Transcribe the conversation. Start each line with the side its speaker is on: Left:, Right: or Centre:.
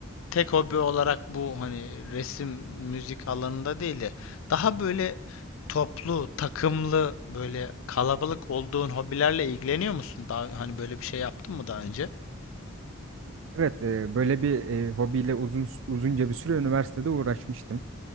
Left: tek hobi olarak bu hani resim, müzik alanında değil de daha böyle toplu, takımlı, böyle kalabalık olduğun hobilerle ilgileniyor musun? Daha hani böyle bir şey yaptın mı daha önce?
Right: Evet, e, böyle bir e, hobiyle uzun uzunca bir süre üniversitede uğraşmıştım.